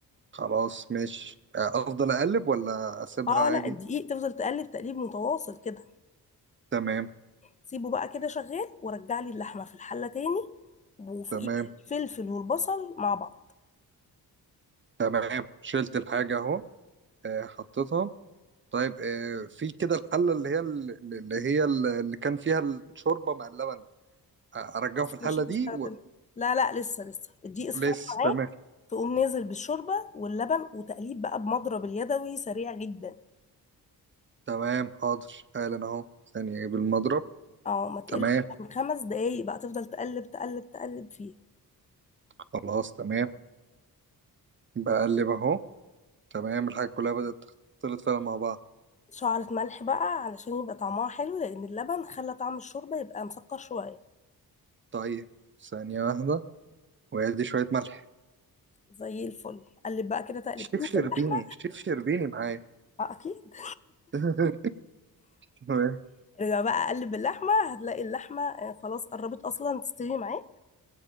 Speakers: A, on the right; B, on the left.
A: خلاص ماشي آه، افضل اقلب ولا اسيبها
B: اه
A: عادي
B: لا الدقيق تفضل تقلب تقليب متواصل كده
A: تمام
B: سيبه بقى كده شغال ورجع لي اللحمة في الحلة تاني وفوقيه
A: تمام
B: الفلفل والبصل مع بعض
A: تمام شلت الحاجة اهو آه، حطيتها طيب آه، في كده الحلة اللي هي اللي هي اللي كان فيها الشوربة مع اللبن آه، ارجعه
B: لسه
A: في الحلة
B: مش
A: دي
B: هنستخدم
A: و...
B: لا لا لسه لسه الدقيق اصفر
A: لسه
B: معاك
A: تمام
B: تقوم نازل بالشوربة واللبن وتقليب بقى بمضرب اليدوي سريع جدا
A: تمام حاضر حالا اهو ثانية اجيب المضرب
B: اه ما تقلش
A: تمام
B: عن خمس دقايق بقى تفضل تقلب تقلب تقلب فيه
A: خلاص تمام بقلب اهو تمام الحاجة كلها بدأت تختلط فعلا مع بعض
B: شعرة ملح بقى علشان يبقى طعمها حلو لأن اللبن خلى طعم الشوربة يبقى مسكر شوية
A: طيب ثانية واحدة وادي شوية ملح
B: زي الفل قلب بقى كده تقلبتين
A: شيف شربيني
B: في اللحمة
A: شيف شربيني معايا
B: اه أكيد
A: <laughs> تمام
B: <laughs> ارجع بقى قلب اللحمة هتلاقي اللحمة آه، خلاص قربت أصلا تستوي معاك